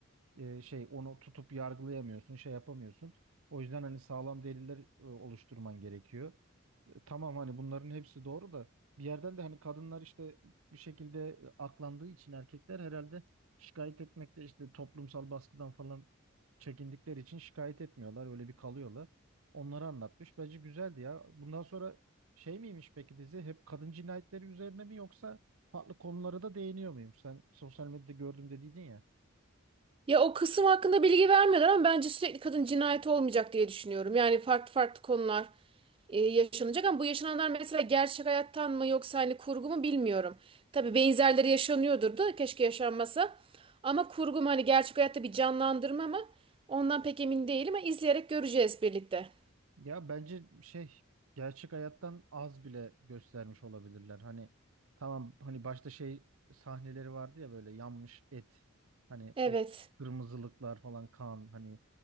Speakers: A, on the right; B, on the right.
A: e, şey onu tutup yargılayamıyorsun, şey yapamıyorsun. O yüzden hani sağlam deliller e, oluşturman gerekiyor. E, Tamam hani bunların hepsi doğru da bir yerden de hani kadınlar işte bir şekilde e, aklandığı için erkekler herhalde şikayet etmekte işte toplumsal baskıdan falan çekindikleri için şikayet etmiyorlar. Öyle bir kalıyorlar. Onları anlatmış. Bence güzeldi ya. Bundan sonra şey miymiş peki dizi? Hep kadın cinayetleri üzerine mi yoksa farklı konulara da değiniyor muyum? Sen sosyal medyada gördüm dediydin ya.
B: Ya o kısım hakkında bilgi vermiyorlar ama bence sürekli kadın cinayeti olmayacak diye düşünüyorum. Yani farklı farklı konular. e, yaşanacak ama bu yaşananlar mesela gerçek hayattan mı yoksa hani kurgu mu bilmiyorum. Tabii benzerleri yaşanıyordur da keşke yaşanmasa. Ama kurgu mu hani gerçek hayatta bir canlandırma mı? Ondan pek emin değilim ama izleyerek göreceğiz birlikte.
A: Ya bence şey gerçek hayattan az bile göstermiş olabilirler. Hani tamam hani başta şey sahneleri vardı ya böyle yanmış et hani
B: Evet.
A: o kırmızılıklar falan kan hani